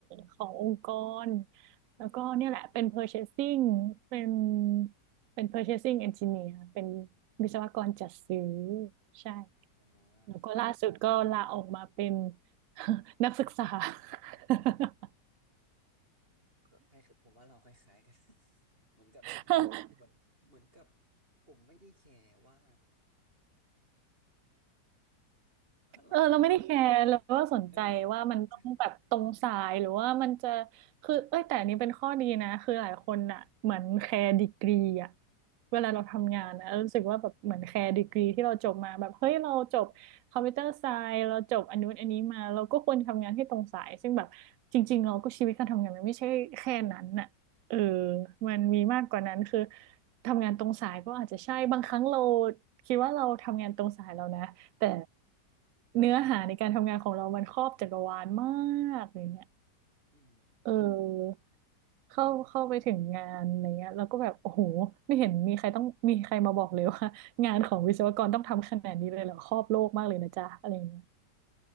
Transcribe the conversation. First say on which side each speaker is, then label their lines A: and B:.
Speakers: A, on the right; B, on the right.
A: ขององค์กร แล้วก็เนี่ยแหละ เป็น purchasing เชสซิ่งเป็นเป็น purchasing engineer เชสซิ่งเอนจิเนียร์เป็นวิศวกรจัดซื้อ ใช่
B: อ่า
A: แล้วก็ล่าสุดก็ลาออกมาเป็น <laughs> นักศึกษา <laughs>
B: ก็คล้ายผมว่าเราคล้ายๆกัน <laughs> เหมือนกับ
A: เ
B: เหมือนเหมือนกับผมไม่ได้แคร์ว่าว่าเราจะ
A: ออเราไม่ได้แคร์แล้วก็สนใจว่ามันต้องแบบตรงสายหรือว่ามันจะ
B: เออ <laughs> ใช่
A: คือเอ้ยแต่อันนี้เป็นข้อดีนะคือหลายคนอ่ะเหมือนแคร์ดีกรีอ่ะเวลาเราทำงานอะเรารู้สึกว่าแบบเหมือนแคร์ดีกรีที่เราจบมาแบบเฮ้ยเราจบคอมพิวเตอร์ไซน์เราจบอันนู้นอันนี้มาเราก็ควรทำงานให้ตรงสายซึ่งแบบจริงๆเราก็ชีวิตการทำงานมันไม่ใช่แค่นั้นน่ะเออ
B: อืมอืม
A: มันมีมากกว่านั้นคือทำงานตรงสายก็อาจจะใช่บางครั้งเราคิดว่าเราทำงานตรงสายแล้วนะ แต่เนื้อหาในการทำงานของเรามันครอบจักรวาลมากอย่างเงี้ย
B: อืม
A: เออเข้าเข้าไปถึงงานอะไรเงี้ยแล้วก็แบบโอ้โหไม่เห็นมีใครต้องมีใครมาบอกเลยว่างานของวิศวกรต้องทำขนาดนี้เลยเหรอครอบโลกมากเลยนะจ๊ะอะไรเงี้ย